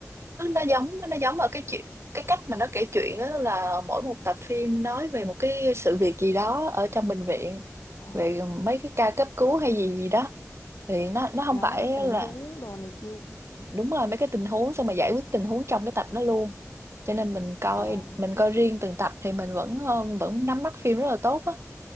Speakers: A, on the right (about 55°); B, on the left (about 75°).
A: nó nó giống nó giống ở cái chuyện cái cách mà nó kể chuyện đó là mỗi một tập phim nói về một cái sự việc gì đó ở trong bệnh viện
B: Ờ
A: về mấy cái ca cấp cứu hay gì gì đó thì nó nó không
B: là
A: phải
B: mấy cái tình
A: là
B: huống đồ này kia chị
A: đúng rồi mấy cái tình huống xong mà giải quyết tình huống trong cái tập đó luôn cho nên mình coi
B: ờ
A: mình coi riêng từng tập thì mình vẫn ờ, vẫn nắm bắt phim rất là tốt á